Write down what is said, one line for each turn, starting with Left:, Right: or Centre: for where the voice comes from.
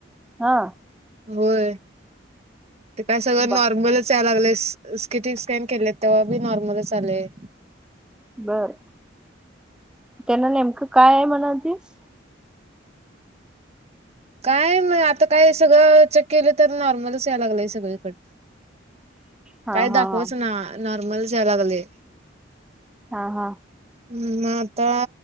Centre: हा.
Right: होय ते काय सगळं
Centre: ब
Right: नॉर्मलच. च यायला लागलंय सिटी स्कॅन केल्यात त्यावेळा बी नॉर्मलच आलय.
Centre: बर, त्यांना नेमकं काय हाय म्हणालतीस
Right: काय म आता काय सगळं चेक केलं तर नॉर्मलच याय लागलंय सगळीकड.
Centre: हा
Right: काय
Centre: हा
Right: दाखवच
Centre: हा
Right: ना नॉर्मलच याय लागलय
Centre: हा हा
Right: हम् म आता.